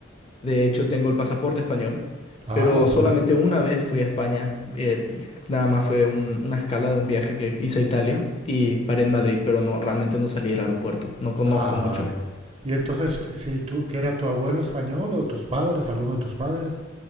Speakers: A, on the left; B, on the right.
A: de hecho tengo el pasaporte español,
B: Ah,
A: pero
B: muy
A: solamente
B: bien.
A: una vez fui a España, eh, y nada más fue un- una escala de un viaje que hice a Italia y paré en Madrid, pero no, realmente no salí del aeropuerto, no conozco
B: Ah,
A: mucho.
B: vale. Y entonces, si tú, ¿que era tu abuelo español o tus padres, alguno de tus padres?